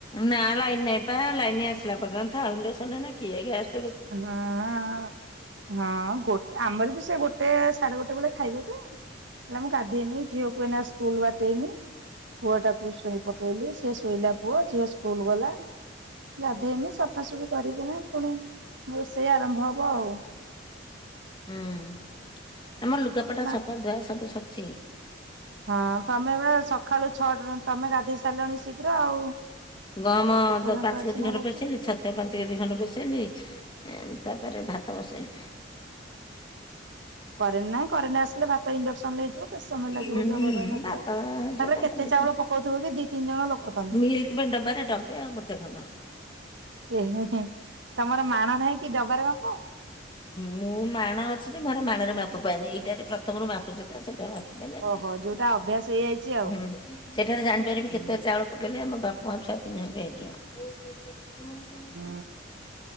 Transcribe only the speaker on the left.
ନା ଲାଇନ ନାଇଁ ବା ଲାଇନି ଆସିଲା ପର୍ଯ୍ୟନ୍ତ ଥା ଆଉ ଇଣ୍ଡକ୍ସନ୍ ରେ ଏଇନା କିଏ ଗ୍ୟାସ୍
ହୁଁ। ଆମର ଲୁଗାପଟା
ସଫା ଧୁଆ ସବୁ ସରଚି।
ଗହମ
ଦ ପାଞ୍ଚ
କେଜି
<unintelligible>
ପେଶିଲି ଛତ ପାଞ୍ଚ କେଜି ଖଣ୍ଡେ ପେସେଇଲି ଏଁ ତାପରେ ଭାତ ବସେଇଲି।
ହୁଁ
ହେଇଯିବ
ଦେଖିବା
ମିଲ୍କ ମେଡ ଡବାରେ ଡବେ ଆଉ ମୁଠେ ଖଣ୍ଡ।
ମୁଁ ମାଣ ଅଛି ଯେ ମୁଁ ହେରା ମାଣରେ ମାପ ପାଏନି ଏଇଟାରେ ପ୍ରଥମରୁ ମାପୁଚୁ ତ ସେଟା ମା <unintelligible>
ସେଟାରେ ଜାଣିପାରିବି
କେତେ ଚାଉଳ ପକେଇଲେ ଆମ ବାପା ମା ଛୁଆ ତିନିହାକୁ ହେଇଯିବ।